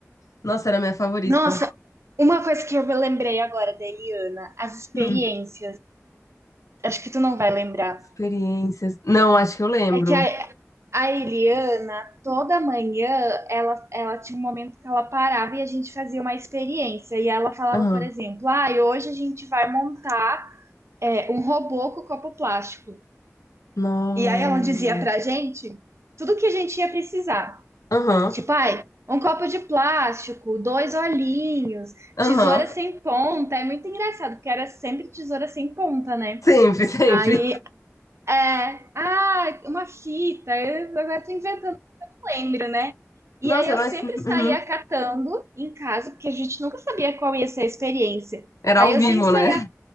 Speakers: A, on the left; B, on the right.
A: Nossa, era a minha favorita.
B: Nossa, uma coisa que eu me lembrei agora da Eliana, as experiências.
A: Hum,
B: Acho que tu não vai lembrar.
A: experiências. Não, acho que eu lembro.
B: É que a, a Eliana, toda manhã, ela, ela tinha um momento que ela parava e a gente fazia uma experiência. E ela falava,
A: Aham.
B: por exemplo, ah, hoje a gente vai montar é, um robô com copo plástico.
A: Não.
B: E aí ela dizia pra gente tudo que a gente ia precisar.
A: Aham.
B: Tipo, ai, um copo de plástico, dois olhinhos,
A: Aham.
B: tesoura sem ponta. É muito engraçado, porque era sempre tesoura sem ponta, né?
A: Sempre, <laughs>
B: Aí,
A: sempre.
B: é, ah, uma fita, eu agora tô inventando lembro, né? E
A: Nossa,
B: aí eu
A: era,
B: sempre
A: assim, uhum.
B: saía catando em casa, porque a gente nunca sabia qual ia ser a experiência.
A: Era
B: Aí
A: ao
B: eu
A: vivo,
B: sempre saía,
A: né?